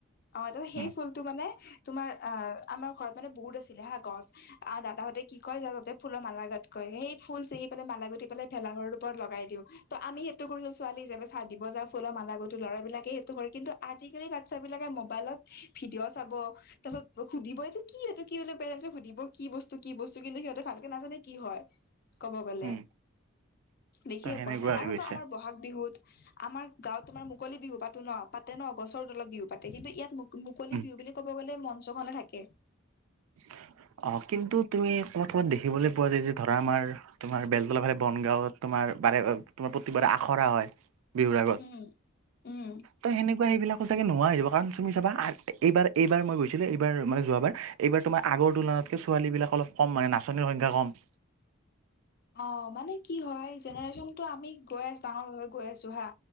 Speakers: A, on the left; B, on the right.
A: অ' সেই
B: উম,
A: ফুলটো মানে তোমাৰ, আ-আমাৰ ঘৰত মানে বহুত আছিলে হা, গছ। আৰু দাদাহঁতে কি কয়, যা তহঁতে ফুলৰ মালা গাঁঠ কয়। সেই ফুল চিঙি পেলাই মালা গাঁঠি পেলাই ভেলাঘৰৰ ওপৰত লগাই দিওঁ। ত' আমি সেইটো কৰোঁ, ছোৱালী হিচাপে চাহ দিব যাওঁ, ফুলৰ মালা গঁঠু, ল'ৰাবিলাকে সেইটো কৰে। কিন্তু আজিকালি <unintelligible> বিলাকে মোবাইলত ভিডিঅ' চাব। তাৰ পাছত সুধিব, এইটো কি, এইটো কি, বুলি পেৰেন্টছক সুধিব কি বস্তু, কি বস্তু, কিন্তু সিহঁতে ভালকে নাজানে কি হয়। ক'ব গ'লে।
B: উম,
A: দেখিয়ে
B: ত' সেনেকুৱা
A: পোৱা নাই।
B: হৈ
A: আৰুতো
B: গৈছে
A: আমাৰ ব'হাগ বিহুত। আমাৰ গাঁওত তোমাৰ মুকলি বিহু পাতো ন, পাতে ন, গছৰ তলত বিহু পাতে। কিন্তু ইয়াত মুকলি
B: উম।
A: বিহু বুলি ক'ব গ'লে মঞ্চখনে থাকে।
B: <inaudible> অ', কিন্তু তুমি ক'বাত ক'বাত দেখিবলৈ পোৱা যায় যে ধৰা, আমাৰ তোমাৰ বেলতলা ফালে বনগাঁৱত তোমাৰ মানে তোমাৰ প্ৰতিবাৰে আখৰা হয় বিহুৰ আগত।
A: উম উম।
B: ত' সেনেকুৱা সেইবিলাকো চাগে নোহোৱা হৈ যাব। কাৰণ তুমি চাবা, এইবাৰ এইবাৰ মই গৈছিলো এইবাৰ মানে যোৱাবাৰ এইবাৰ তোমাৰ আগৰ তুলনাতকৈ ছোৱালীবিলাক অলপ কম, মানে নাচনীৰ সংখ্যা কম।
A: অ', মানে কি হয়, জেনেৰেশ্যনটো আমি গৈ আছোঁ, ডাঙৰ হৈ গৈ আছোঁ, হা।